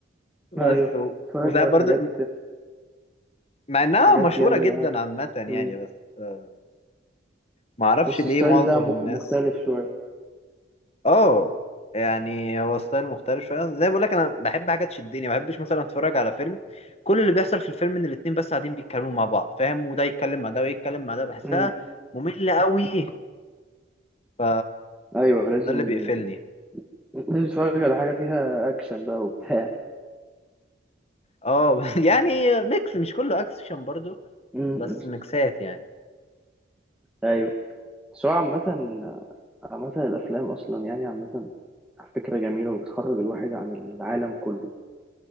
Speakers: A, on the left (about 35°); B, in the centre.
A: بس
B: ايوه
A: و...
B: بتفرج
A: وساعات
B: على
A: برضو
B: حاجات
A: مع انها
B: حاجات
A: مشهورة
B: يعني
A: جدا
B: اه
A: عامة يعني
B: مم.
A: بس آه، ما اعرفش
B: بس
A: ليه
B: الستايل
A: معظم
B: ده مخ...
A: الناس
B: مختلف شوية
A: اه يعني هو ستايل مختلف شوية زي بقول لك انا بحب حاجة تشدني ما بحبش مثلا اتفرج على فيلم كل اللي بيحصل في الفيلم ان الاتنين بس قاعدين بيتكلموا مع بعض فاهم وده يتكلم مع ده ويتكلم مع ده بحسها
B: مم.
A: مملة قوي ف
B: ايوه لازم
A: ده اللي بيقفلني
B: <laughs> لازم تتفرج على حاجة فيها اكشن بقى وبتاع
A: اه <laughs> يعني ميكس مش كله اكشن برضو
B: مم.
A: بس ميكسات يعني
B: ايوه بس هو عامة عامة الافلام اصلا يعني عامة فكرة جميلة وبتخرج الواحد عن العالم كله